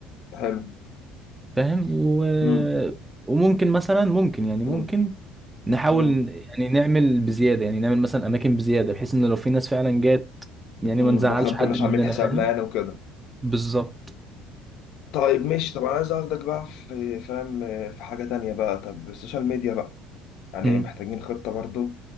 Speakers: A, on the left; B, on the right.
A: حلو
B: فاهم و...
A: مم.
B: وممكن مثلا ممكن يعني
A: مم.
B: ممكن نحاول
A: مم.
B: يعني نعمل بزيادة يعني نعمل مثلا أماكن بزيادة بحيث إن لو في ناس فعلا جات يعني
A: مم.
B: ما نزعلش
A: واحنا ما
B: حد
A: كناش
B: مننا
A: عاملين حسابنا
B: فاهم
A: يعني وكده
B: بالظبط
A: طيب ماشي طب انا عايز اخدك بقى في فاهم في حاجة تانية بقى طب السوشيال ميديا بقى يعني
B: أمم،
A: محتاجين خطة برضو